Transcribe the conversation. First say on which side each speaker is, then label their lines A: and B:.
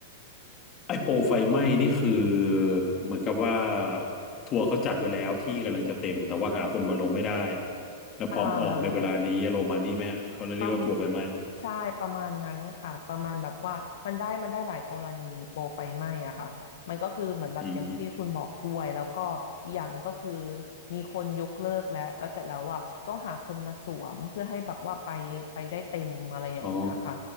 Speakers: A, on the left; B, on the left.
A: ไอ้โปรไฟไหม้นี่คือเหมือนกับว่าทัวร์เขาจัดไว้แล้วที่กำลังจะเต็มแต่ว่าหาคนมาลงไม่ได้แล้วพร้อมออกในเวลานี้อารมณ์ประมาณนี้ไหมฮะเขาเลยเรียกว่าทัวร์ไฟไหม้
B: อ่า ประมใช่ประมาณนั้นค่ะประมาณแบบว่ามันได้มันได้หลายกรณีโปรไฟไหม้อะค่ะมันก็คือเหมือนแบบอย่างที่คุณบอกด้วยแล้วก็อีกอย่างหนึงก็คือ
A: อืม
B: มีคนยกเลิกแล้วแล้วเสร็จแล้วอะต้องหาคนมาสวมเพื่อให้แบบว่าไปไปได้เต็มอะไรอย่างเงี้ยค่ะ
A: อ๋อ